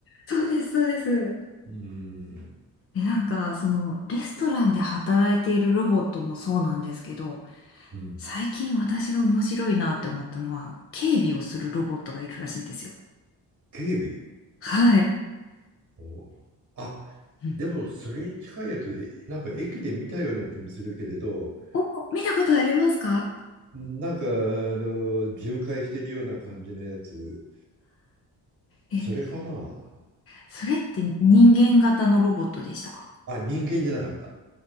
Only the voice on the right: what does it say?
うん、
うん。
警備。
おーあ、
でもそれに近いやつで、なんか駅で見たような気もするけれど、
なんかあの巡回してるような感じのやつ、
それかな。
あ、あ人間じゃなかった。